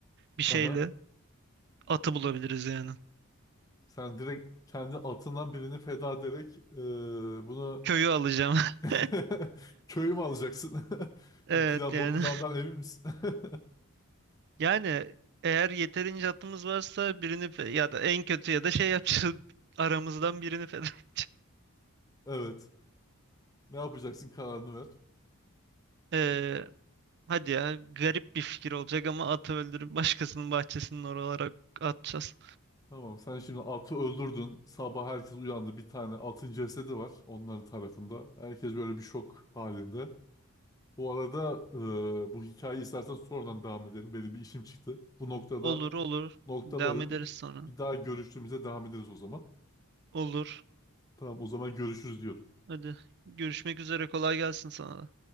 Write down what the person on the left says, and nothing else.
hı hı.
Sen direkt kendi atından birini feda ederek eee, bunu
<laughs> köyü mü alacaksın? <laughs>
Bu plan
bu plandan emin misin? <laughs>
Evet. Ne yapacaksın kararını ver.
Tamam sen şimdi atı öldürdün. Sabah herkes uyandı. Bir tane atın cesedi var onların tarafında. Herkes böyle bir şok halinde. Bu arada eee, bu hikayeyi istersen sonradan devam edelim. Benim bir işim çıktı. Bu noktada
noktalayalım.
Bir daha görüştüğümüzde devam ederiz o zaman.
Tamam o zaman görüşürüz diyorum.